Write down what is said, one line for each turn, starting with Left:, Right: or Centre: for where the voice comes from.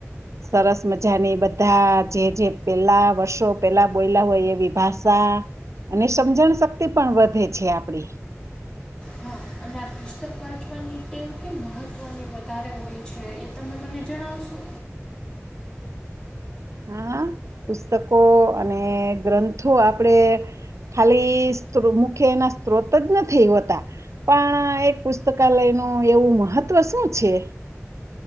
Right: સરસ મજાની બધા જે જે પેલા વર્ષો પેલા બોયલા હોય એવી ભાષા અને સમજણ શક્તિ પણ વધે છે આપડી
Left: હા અને આ પુસ્તક વાંચવાની ટેવ કેમ મહત્વની વધારે હોય છે એ તમે મને જણાવશો
Right: હા પુસ્તકો અને ગ્રંથો આપણેે ખાલી મુખે એના સ્ત્રોત જ નથીઈ હોતા પણ એક પુસ્તકાલયનું એવું મહત્વ શું છે